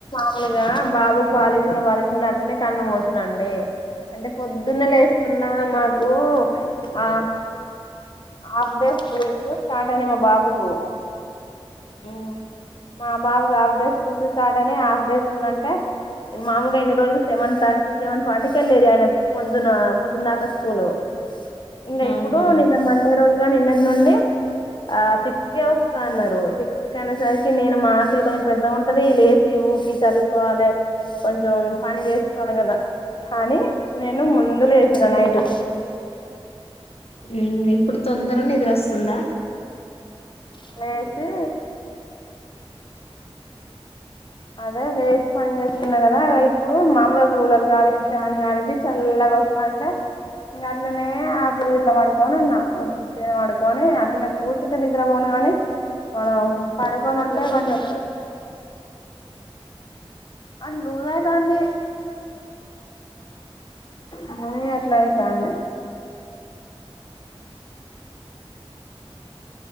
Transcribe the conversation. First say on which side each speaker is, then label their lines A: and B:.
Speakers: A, on the left; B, on the left.
A: మూలుగా బాబుకు పాలిచ్చుకుంట పాలిచ్చుకుంట అట్లనే కన్ను మూసిందండి అంటే పొద్దున్నే లేస్తున్నా మాకు ఆ ఆఫ్ డే స్కూల్ కు స్టార్ట్ అయినాయి మా బాబుకు
B: ఆ
A: మా బాబుకు ఆఫ్ డేస్ స్కూల్స్ స్టార్ట్ అయినాయి ఆఫ్ డే స్కూల్ అంటే మాములుగా ఇన్ని రోజులు సెవెన్ థర్టీ సెవెన్ ఫార్టీకి వెళ్ళేది ఆయన పొద్దున పొద్దున్న దాకా స్కూల్ ఇంగ
B: అవునా
A: ఇప్పుడు నిన్న మండే రోజ్ ఇగ నిన్నటి నుండి ఆ సిక్స్ కే వస్తా అన్నారు సిక్స్ కే అనేసరికి నేను మా వాకిలి కొంచెం పెద్దగా ఉంటది లేచి ఊకి చల్లుకోవాలే కొంచెం పని చేసుకోవాలికదా కానీ నేను ముందు లెసినా నైటు
B: ఉమ్ ఇప్పుడు తొందర నిదరొస్తుందా?
A: లేచి అదే లేచి పని చేసుకున్నా కదా ఇగ ఇప్పుడు మామూలుగా కూలర్ గాలికి ఫ్యాన్ గాలికి చల్ల వస్తాంటే ఇంకా అట్లనే ఆపోజిట్లా పడుకోని ఉన్నా ఉత్తుత్తి గనే పడుకొని అట్లనే కూర్చుంటే నిద్రపోను <unintelligible> ఆ మనం పడుకొని ఉంటే కొంచెం ఆది లూజైతాంది అదే అట్లయితంది